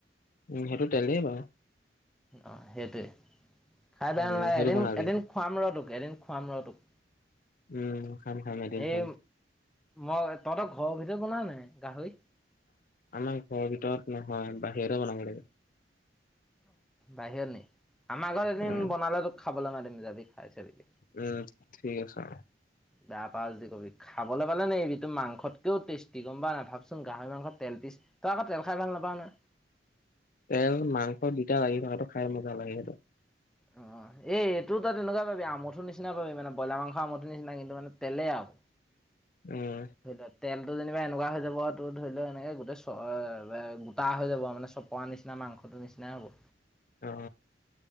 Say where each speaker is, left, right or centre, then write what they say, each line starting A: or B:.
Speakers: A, on the left; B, in the centre.
A: উম, সেইটো তেলেই হয়।
B: অ, সেইটোৱে খাই বেয়া
A: উম,
B: নালাগে,
A: সেইটো
B: এদিন,
A: বনালি
B: এদিন খোৱাম ৰ তোক, এদিন খোৱাম ৰ তোক।
A: উম, খাম, খাম এদিন
B: এই
A: খাম।
B: মই তহঁতৰ ঘৰৰ ভিতৰত বনাও নে নাই গাহৰি?
A: আমাৰ ঘৰৰ ভিতৰত নহয়, বাহিৰতে বনাব লাগে।
B: বাহিৰ নেকি, আমাৰ ঘৰত এদিন
A: উম,
B: বনালে তোক খাবলৈ মাতিম যাবি, খাই‌ চাবি।
A: উম ঠিক আছে।
B: বেয়া পাওঁ য কবি খাবলৈ পালে নে এইবি তো মাংসত। কেয়াও টেষ্টি গম নাই চোন গাহৰি মাংসত তেল পিছ তই আকৌ তেল খাই ভাল নাপাওঁ নহয়।
A: তেল মাংস দুতটা লাগিব থোৱা সেইটো খাই মজা লাগে সেইটো।
B: অ এইটো তাত তেনেকুৱাই পাবি আমোঠো নিচিনা পাবি মানে ব্ৰইলাৰ মাংস আমঠ নিচিনা কিন্তু মান তেলেই আৰু
A: উম।
B: ধৰি লোৱা তেলটো যেনিবা এনেকুৱা হৈ যাব তটো ধৰি লও এনেকে গোটেই চ গোটা হৈ যাব মানে চব পোৱা নিচিনা মাংসটো নিচিনাই হ'ব।
A: অ,